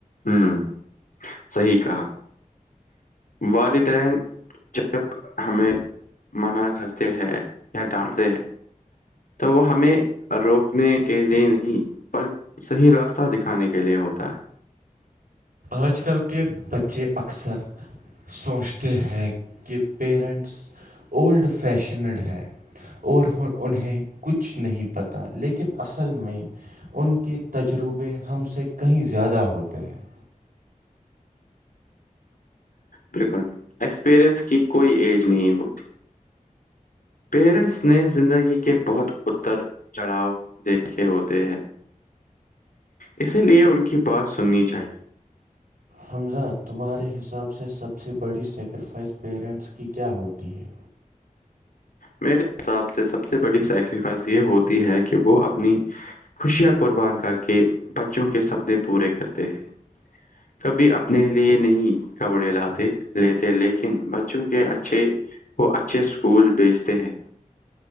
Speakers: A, on the left; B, on the right.
A: ہوں صی کہا والدین جب ہمیں منع کرتے ہیں یا ڈانٹتے ہیں تو وہ ہمیں روکنے کے لیے نہیں بلک صحیح راستہ دکھانے کے لیے ہوتا ہے
B: آج کل کے بچے اکثر سوچتے ہیں کہ پیرنٹس اولڈ فیشنڈ ہیں اور انہیں کچھ نہیں پتہ لیکن اصل میں ان کے تجربے ہم سے کہیں زیادہ ہوتے ہیں
A: بالکل ایکسپیرئنس کی کوئی ایج نہیں ہوتی پیرنٹس نے زندگی کے بہت اتر چڑھاؤ دیکھے ہوتے ہیں اسی لیے ان کی بات سننی چاہیے
B: حمزہ تمہارے حساب سے سب سے بڑی سیکریفائز پیرنٹس کی کیا ہوتی ہے
A: میرے حساب سے سب سے بڑی سیکریفائس یہ ہوتی ہے کہ وہ اپنی خوشیاں قربان کر کے بچوں کے سپنے پورے کرتے ہیں کبھی اپنے لیے نہیں کپڑے لاتے لیتے لیکن بچوں کے اچھے کو اچھے پھول بیچتے ہیں